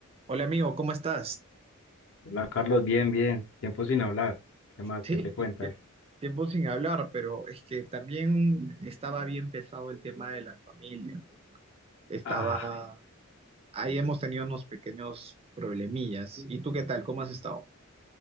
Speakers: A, on the right; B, on the left.
A: Hola amigo, ¿cómo estás?
B: Hola Carlos, bien, bien, tiempo sin hablar. ¿Qué más?
A: Sí,
B: ¿Qué te
A: Ti-
B: cuentas?
A: ti- Tiempo sin hablar, pero es que también estaba bien pesado el tema de la familia. Estaba,
B: Ah,
A: ahí hemos tenido unos pequeños problemillas. ¿Y tú qué tal? ¿Cómo has estado?